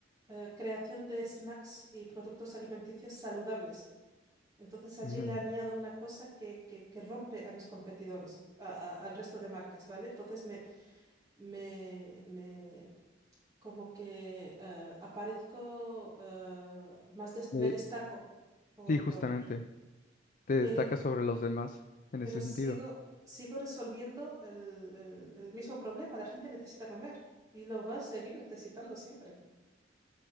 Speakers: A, on the right; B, on the left.
A: eh, creación de snacks y productos alimenticios saludables. Entonces allí
B: Ujú.
A: le añado una cosa que, que- que rompe a mis competidores, a- a- al resto de marcas, ¿vale? Entonces me, me como que eh, aparezco eh, más des- me
B: Eh,
A: destaco por-
B: sí, justamente,
A: por-
B: te destacas
A: pero
B: sobre los demás en
A: pero
B: ese
A: sigo
B: sentido.
A: sigo resolviendo el, el- el mismo problema la gente necesita comer y lo va a seguir necesitando siempre